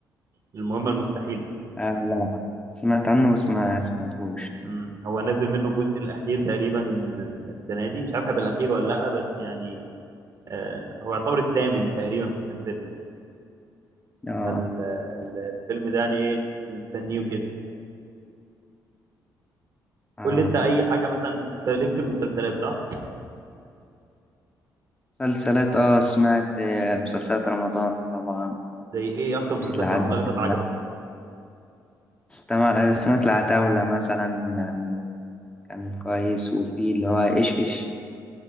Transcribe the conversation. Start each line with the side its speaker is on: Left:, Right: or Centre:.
Right: المهمة المستحيلة
Left: آه، لا سمعت عنه بس ما سمعتهوش
Right: مم. هو نازل منه الجزء الأخير تقريبا آه، السنة دي مش عارف هيبقى الأخير ولا لأ بس يعني آه، هو يعتبر الثامن تقريبا في السلسلة
Left: اه
Right: ال- ال- الفيلم ده يعني إيه نستنيه كده
Left: اه
Right: قول لي انت اي حاجه مثلا انت ليك في المسلسلات صح
Left: مسلسلات اه سمعت آه، مسلسلات رمضان طبعا
Right: زي ايه اكتر مسلسل
Left: العتاولة
Right: في رمضان اللي فات عجبك
Left: استمع... سمعت العتاولة مثلا يعني كان كويس وفي اللي هو إيش إيش